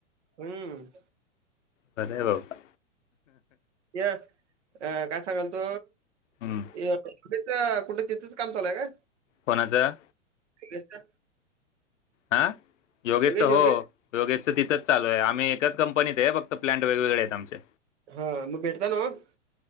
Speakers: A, on the right (about 65°); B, on the left (about 85°).
A: हम्म
B: बरं आहे बाबा
A: या अ काय सांगल क
B: हम्म.
A: या कुठे तिथंच काम चालूय का
B: कोणाचं
A: योगेशचं?
B: हा, योगेशचा
A: योगेश योगेश
B: हो योगेश तिथंच चालू आहे, आम्ही एकाच कंपनीत आहे फक्त प्लांट वेगवेगळे आहेत आमचे.
A: हा मग भेटता ना म?